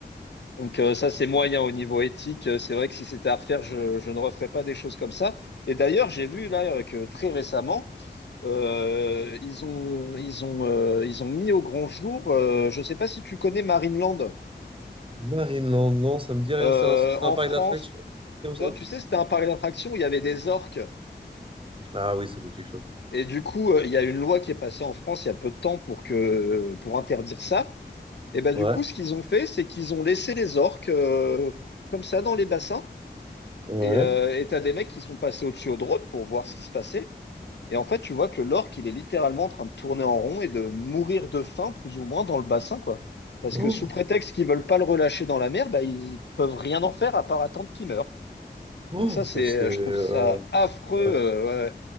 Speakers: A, on the left; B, on the right.
A: Donc euh, ça, c'est moyen au niveau éthique. Euh, C'est vrai que si c'était à refaire, je, je ne referais pas des choses comme ça. Et d'ailleurs, j'ai vu là euh, que très récemment, euh, ils ont, ils ont, euh, ils ont mis au grand jour, euh, je ne sais pas si tu connais Marineland,
B: Marineland, non, ça me dit rien.
A: Euh,
B: C'est un, c'est
A: en
B: un parc
A: France,
B: d'attractions, comme ça?
A: euh, tu sais, c'était un parc d'attractions. où il y avait des orques.
B: Ah oui, ça me dit quelque chose.
A: Et du coup, euh, il y a une loi qui est passée en France il y a peu de temps pour que, pour interdire ça. Et ben
B: Ouais.
A: du coup, ce qu'ils ont fait, c'est qu'ils ont laissé les orques euh, comme ça dans les bassins.
B: Ouais.
A: Et euh, et t'as des mecs qui sont passés au-dessus au drone pour voir ce qui se passait. Et en fait, tu vois que l'orque, il est littéralement en train de tourner en rond et de mourir de faim, plus ou moins, dans le bassin, quoi. Parce
B: Oh,
A: que sous prétexte qu'ils veulent pas le relâcher dans la mer, bah, ils peuvent rien en faire à part attendre qu'il meure.
B: oh,
A: Donc ça, c'est,
B: et c'est...
A: euh,
B: euh,
A: je trouve ça affreux.
B: ouais.
A: euh, ouais.